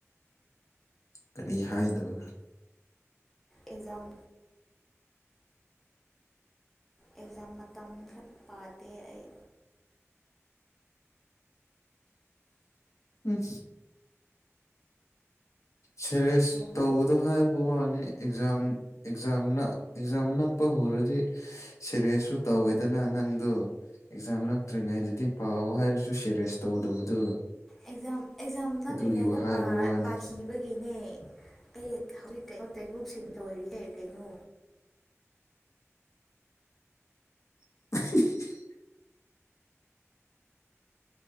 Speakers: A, on the left; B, in the centre.
A: ꯀꯔꯤ ꯍꯥꯏꯗꯕ
B: ꯑꯦꯛꯖꯥꯝ ꯑꯦꯛꯖꯥꯝ ꯃꯇꯝ ꯈꯛ ꯄꯥꯗꯦ ꯑꯩ
A: ꯎꯝ ꯁꯦꯔꯚꯦꯁ
B: ꯑꯁꯦꯡꯕ
A: ꯇꯧꯕꯗꯣ ꯍꯥꯏꯕ ꯋꯥꯅꯤ ꯑꯦꯛꯖꯥꯝ ꯑꯦꯛꯖꯥꯝ ꯑꯦꯛꯖꯥꯝ ꯅꯛꯄ ꯍꯧꯔꯗꯤ ꯁꯦꯔꯤꯌꯁꯁꯨ ꯇꯧꯋꯦꯗꯅ ꯅꯪꯗꯣ ꯑꯦꯛꯖꯥꯝ ꯅꯠꯇ꯭ꯔꯤꯉꯩꯗꯗꯤ ꯄꯥꯎ ꯍꯥꯏꯔꯁꯨ ꯁꯦꯔꯦꯁ ꯇꯧꯗꯕꯗꯨ
B: ꯑꯦꯛꯖꯥꯝ ꯑꯦꯛꯖꯥꯝ ꯅꯛꯔꯤꯉꯩꯗ
A: ꯑꯗꯨꯒꯤ ꯍꯥꯏꯕ ꯋꯥꯅꯤ
B: ꯄꯥꯈꯤꯕꯒꯤꯅꯦ ꯑꯦ ꯍꯧꯖꯤꯛ ꯀꯩꯅꯣ ꯇꯦꯡꯛꯁꯤꯡ ꯂꯣꯏꯔꯤꯌꯦ ꯀꯩꯅꯣ
A: <unintelligible>